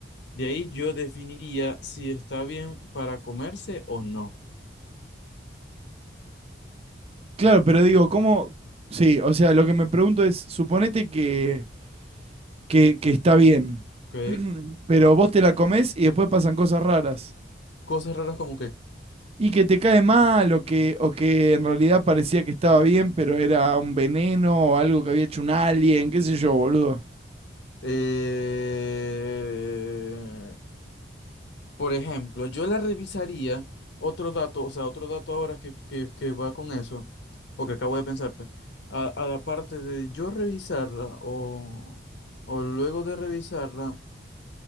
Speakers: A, on the left; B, on the right.
A: de ahí yo definiría si está bien para comerse o no.
B: Claro, pero digo, ¿cómo... Sí, o sea, lo que me pregunto es, suponete que, que, que está bien,
A: ¿Ok?
B: <clears throat> pero vos te la comés y después pasan cosas raras.
A: Cosas raras como que,
B: Y que te cae mal o que, o que en realidad parecía que estaba bien, pero era un veneno o algo que había hecho un alien, qué sé yo, boludo.
A: eh, por ejemplo, yo la revisaría, otro dato, o sea, otro dato ahora que, que, que va con eso, o que acabo de pensar, pues, a, a la parte de yo revisarla o o luego de revisarla